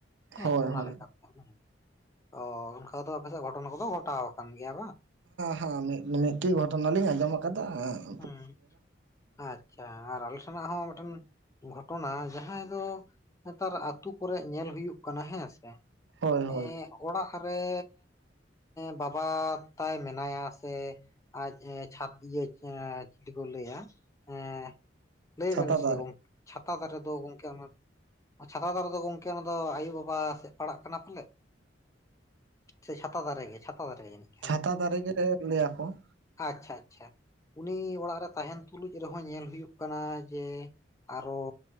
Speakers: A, on the left; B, on the right.
A: ᱦᱮᱸ
B: ᱦᱳᱭ
A: ᱥᱮ ᱚᱱᱟ
B: ᱦᱳᱭ
A: ᱞᱮᱠᱟ ᱾ ᱚ ᱚᱱᱠᱟ ᱫᱚ ᱟᱯᱮᱥᱮᱜ ᱜᱷᱚᱴᱚᱱᱟ ᱠᱚᱫᱚ ᱜᱷᱚᱴᱟᱣ ᱟᱠᱟᱱ ᱜᱮᱭᱟ ᱵᱟᱝ?
B: ᱦᱮᱸ ᱦᱮᱸ ᱢᱤᱫᱴᱤᱡ ᱜᱷᱚᱴᱚᱱᱟ ᱞᱤᱧ ᱟᱸᱡᱚᱢ ᱟᱠᱟᱫᱟ ᱾
A: ᱩᱸ ᱼᱼ ᱟᱪᱪᱷᱟ ᱟᱨ ᱟᱞᱮ ᱥᱮᱱᱟᱜ ᱦᱚᱸ ᱢᱤᱫᱴᱮᱱ ᱜᱷᱚᱴᱚᱱᱟ ᱡᱟᱦᱟᱸᱭ ᱫᱚ᱾ ᱱᱮᱸᱛᱟᱨ ᱟᱛᱩ ᱠᱚᱨᱮᱡ ᱧᱮᱞ ᱦᱩᱭᱩᱜ ᱠᱟᱱᱟ ᱦᱮᱸ ᱥᱮ?
B: ᱦᱳᱭ ᱾
A: ᱮᱸ ᱚᱲᱟᱜ ᱨᱮ ᱵᱟᱵᱟ ᱛᱟᱭ ᱢᱮᱱᱟᱭᱟ ᱥᱮ ᱼᱼ ᱟᱡ ᱪᱷᱟᱛ ᱤᱭᱟᱹ ᱪᱤ ᱞᱤ ᱠᱚ ᱞᱟᱹᱭᱟ ᱮᱸ ᱼᱼ ᱞᱟᱹᱭ
B: ᱪᱷᱟᱛᱟ
A: ᱵᱮᱱ ᱥᱮ
B: ᱫᱟᱨᱮ
A: ᱜᱚᱝᱠᱮ ᱪᱷᱟᱛᱟ ᱫᱟᱨᱮ ᱫᱚ ᱜᱚᱝᱠᱮ ᱚᱱᱟ ᱼᱼ ᱪᱷᱟᱛᱟ ᱫᱟᱨᱮ ᱫᱚ ᱜᱚᱝᱠᱮ ᱚᱱᱟ ᱫᱚ ᱟᱭᱳ-ᱵᱟᱵᱟ ᱥᱮᱜ ᱯᱟᱲᱟᱜ ᱠᱟᱱᱟ ᱯᱟᱞᱮ? ᱥᱮ ᱪᱷᱟ ᱛᱟ ᱫᱟᱨᱮ ᱜᱮ ᱪᱷᱟ ᱛᱟ ᱫᱟᱨᱮ ᱜᱮ ᱡᱟᱱᱤᱡ ᱾
B: ᱪᱷᱟ ᱛᱟ ᱫᱟ ᱨᱮ ᱜᱮ ᱞᱟᱹᱭ ᱟᱠᱚ ᱾
A: ᱟᱪᱪᱷᱟ ᱟᱪᱪᱷᱟ ᱩᱱᱤ ᱚᱲᱟᱜ ᱨᱮ ᱛᱟᱦᱮᱱ ᱛᱩᱞᱩᱡ ᱨᱮ ᱦᱚᱸ ᱧᱮᱞ ᱦᱩᱭᱩᱜ ᱠᱟᱱᱟ ᱡᱮ ᱼᱼ ᱟᱨᱚ